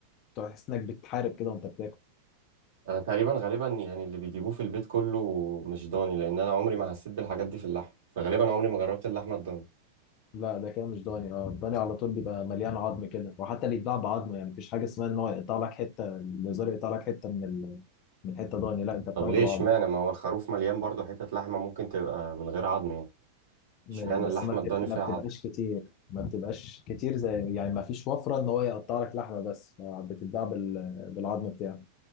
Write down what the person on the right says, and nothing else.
انا تقريبا غالبا يعني اللي بيجيبوه في البيت كله مش ضاني لان انا عمري ما حسيت بالحاجات دي في اللحم فغالبا عمري ما جربت اللحمه الضاني
طب ليه
اشمعنى ما هو الخروف مليان برضه حتت لحمة ممكن تبقى من غير عظم يعني
اشمعنى
اللحمة
الضاني
فيها
عظم